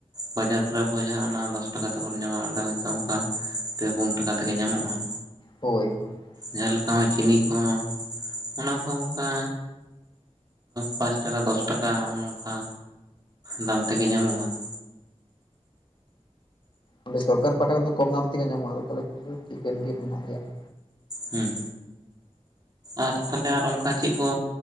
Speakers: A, on the right; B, on the left.
A: ᱵᱟᱡᱟᱨ ᱠᱷᱨᱮ ᱚᱠᱟ ᱡᱟᱦᱟᱸ ᱫᱚᱥ ᱴᱟᱠᱟ ᱛᱮᱵᱚᱱ ᱧᱟᱢᱟ ᱚᱸᱰᱮ ᱦᱚᱭᱛᱚ ᱚᱱᱠᱟ ᱯᱮ ᱯᱩᱱ ᱴᱟᱠᱟ ᱛᱮᱜᱮ ᱧᱟᱢᱚᱜᱼᱟ ᱾
B: ᱦᱳᱭ ᱦᱳᱭ ᱾
A: ᱡᱟᱦᱟᱸ ᱞᱮᱠᱟ ᱪᱤᱱᱤ ᱠᱚᱦᱚᱸ ᱚᱱᱟ ᱠᱚᱦᱚᱸ ᱚᱱᱠᱟ ᱯᱟᱸᱪ ᱴᱟᱠᱟ ᱫᱚᱥ ᱴᱟᱠᱟ ᱦᱚᱸᱜᱼᱚᱭ ᱱᱚᱝᱠᱟ ᱫᱟᱢ ᱛᱮᱜᱮ ᱧᱟᱢᱚᱜᱼᱟ ᱾
B: ᱚᱸ ᱥᱚᱨᱠᱟᱨ ᱯᱟᱦᱟᱴᱟ ᱠᱷᱚᱱ ᱫᱚ ᱠᱚᱢ ᱫᱟᱢ ᱛᱮᱜᱮ ᱧᱟᱢᱚᱜᱼᱟ ᱟᱫᱚ ᱛᱟᱦᱚᱞᱮ ᱠᱤᱱᱛᱩ ᱴᱷᱤᱠᱟᱹᱱ ᱜᱮ ᱢᱮᱱᱟᱜ ᱜᱮᱭᱟ ᱾
A: ᱦᱩᱸ᱾ ᱟᱨ ᱛᱟᱦᱞᱮ ᱟᱨ ᱚᱱᱠᱟ ᱪᱮᱫ ᱠᱚ